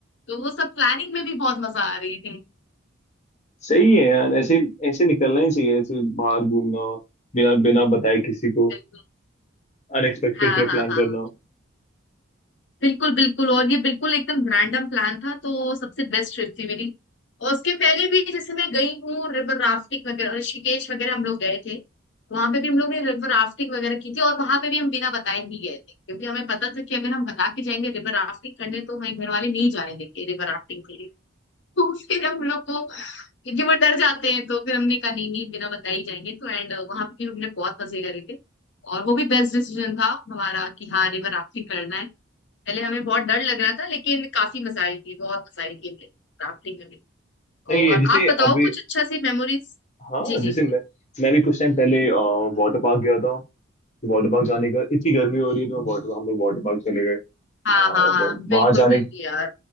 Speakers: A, on the left (about 60°); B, on the left (about 35°).
A: तो वो सब प्लानिंग में भी बहुत मजा आ रही थी
B: सही है यार ऐसे ऐसे निकलना ही चाहिए ऐसे बाहर घूमना बिना बिना बताए किसी को
A: बिल्कुल
B: अनएक्सपेक्टेड
A: हाँ
B: ट्रिप प्लान
A: हाँ हाँ
B: करना
A: बिल्कुल बिल्कुल और ये बिल्कुल एकदम रैंडम प्लान था तो सबसे बेस्ट ट्रिप थी मेरी और उसके पहले भी जैसे मैं गई हूँ रिवर राफ्टिंग वगैरह ऋषिकेश वगैरह हम लोग गए थे वहां पे भी हम लोग ने रिवर राफ्टिंग वगैरह की थी और वहां पे भी हम बिना बताए ही गए थे क्योंकि हमें पता था कि अगर हम बता के जाएंगे रिवर राफ्टिंग करने तो हमारे घर वाले नहीं जाने देंगे रिवर राफ्टिंग के लिए <laughs> तो फिर हम लोग को क्योंकि वो डर जाते हैं तो फिर हमने कहा नहीं नहीं बिना बताए ही जाएंगे तो एंड वहां पे भी हमने बहुत मजे करे थे और वो भी बेस्ट डिसीजन था हमारा कि हाँ रिवर राफ्टिंग करना है पहले हमें बहुत डर लग रहा था लेकिन काफी मजा आई थी बहुत मजा आई थी हमें राफ्टिंग में भी।
B: सही
A: और
B: है जैसे
A: आप बताओ
B: अभी
A: कुछ अच्छा सी मेमोरीज
B: हाँ
A: जी जी
B: जैसे
A: जी
B: मैं मैं भी कुछ टाइम पहले वाटर पार्क गया था वाटर पार्क जाने का इतनी
A: जी
B: गर्मी हो रही है तो मैं वाटर हम लोग वाटर पार्क चले गए
A: हाँ
B: आ, और
A: हाँ हाँ बिल्कुल
B: वहां जाने
A: बिल्कुल यार